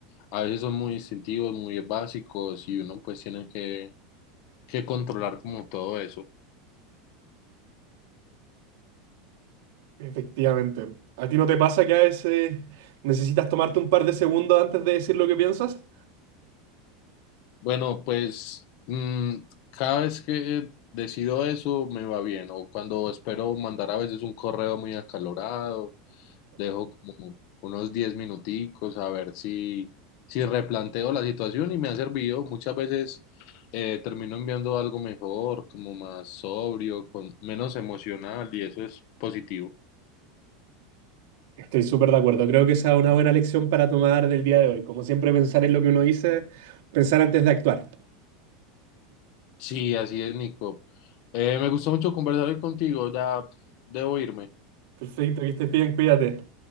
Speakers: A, on the left; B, on the right.
A: a veces son muy instintivos, muy básicos y uno pues tiene que, que controlar como todo eso.
B: Efectivamente. ¿A ti no te pasa que a veces necesitas tomarte un par de segundos antes de decir lo que piensas?
A: Bueno, pues mm, cada vez que decido eso me va bien. O cuando espero mandar a veces un correo muy acalorado, dejo como unos 10 minuticos a ver si, si replanteo la situación y me ha servido. Muchas veces eh, termino enviando algo mejor, como más sobrio, con menos emocional y eso es positivo.
B: Estoy súper de acuerdo. Creo que esa es una buena lección para tomar del día de hoy. Como siempre, pensar en lo que uno dice, pensar antes de actuar.
A: Sí, así es, Nico. Eh, me gustó mucho conversar hoy contigo. Ya debo irme.
B: Perfecto, que estés bien, cuídate.